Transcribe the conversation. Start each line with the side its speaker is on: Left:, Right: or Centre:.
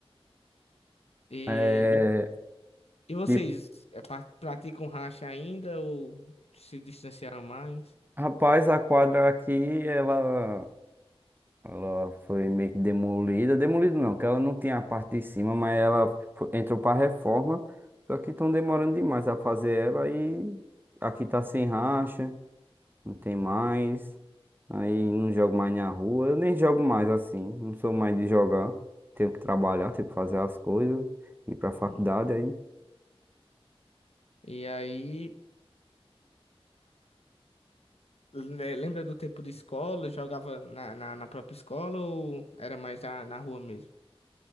Left: E,
Right: É,
Left: e, e vocês
Right: e
Left: é, pra- praticam racha ainda ou se distanciaram mais?
Right: rapaz, a quadra aqui, ela, ela foi meio que demolida. Demolida não, que ela não tinha a parte de cima, mas ela fo- entrou para reforma. Só que estão demorando demais a fazer ela e aqui tá sem racha, não tem mais. Aí não jogo mais na rua. Eu nem jogo mais assim. Não sou mais de jogar. Tenho que trabalhar, tenho que fazer as coisas. Ir pra faculdade
Left: Hum.
Right: aí.
Left: E aí. Le- Lembra do tempo de escola? Jogava na, na, na própria escola ou era mais na, na rua mesmo?